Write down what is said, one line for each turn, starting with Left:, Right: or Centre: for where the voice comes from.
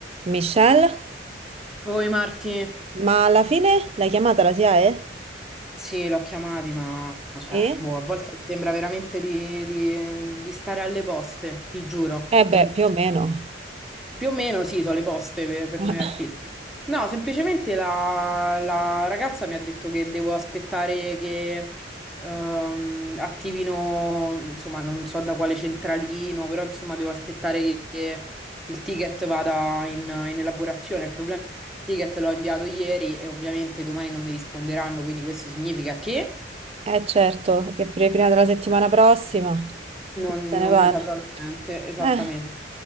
Right: Michelle,
Centre: Oi Marti,
Right: ma alla fine l'hai chiamata la SIAE?
Centre: sì, l'ho chiamati, ma cioè,
Right: E?
Centre: boh, a volte mi sembra veramente di, di- di stare alle poste, ti giuro.
Right: Eh
Centre: ti-
Right: beh, più
Centre: ti-
Right: o meno.
Centre: Più o meno sì, sono le poste per, per
Right: <laughs>
Centre: noi artisti. No, semplicemente la, la ragazza mi ha detto che devo aspettare che ehm, attivino, insomma, non so da quale centralino, però insomma devo aspettare che, che il ticket vada in, in elaborazione. Il problema è che il ticket l'ho inviato ieri e ovviamente domani non mi risponderanno, quindi questo significa che
Right: Eh certo, che per prima della settimana prossima
Centre: non,
Right: se ne
Centre: non
Right: parla.
Centre: ne saprò niente, esattamente.
Right: Eh,